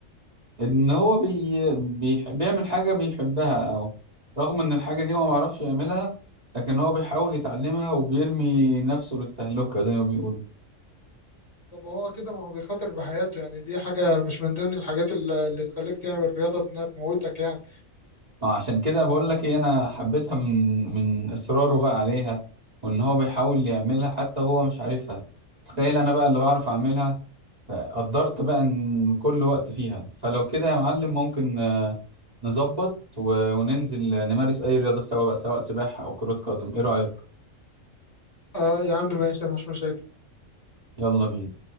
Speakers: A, on the right; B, on the left.
A: ان هو بي... بيح... بيعمل حاجة بيحبها او رغم ان الحاجة دي هو ما يعرفش يعملها لكن هو بيحاول يتعلمها وبيرمي نفسه للتهلكة زي ما بيقولوا
B: طب هو كده ما هو بيخاطر بحياته يعني دي حاجه مش من ضمن الحاجات اللي اللي تخليك تعمل رياضه انها تموتك يعني
A: اه عشان كده بقول لك ايه انا حبيتها من من اصراره بقى عليها وان هو بيحاول يعملها حتى هو مش عارفها تخيل انا بقى اللي بعرف اعملها فقدرت بقى ان كل وقت فيها فلو كده يا معلم ممكن آه، نظبط و- وننزل نمارس اي رياضة سوا بقى سواء سباحة او كرة قدم ايه رأيك
B: آه يا عم ماشي مفيش مشاكل
A: يلا بينا